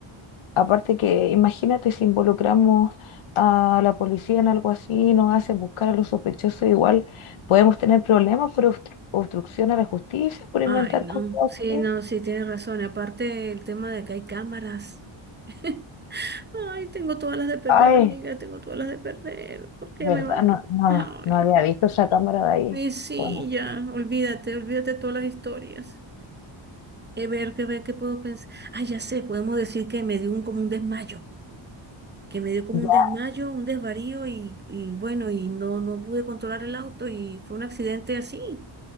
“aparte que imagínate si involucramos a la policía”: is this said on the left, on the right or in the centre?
Left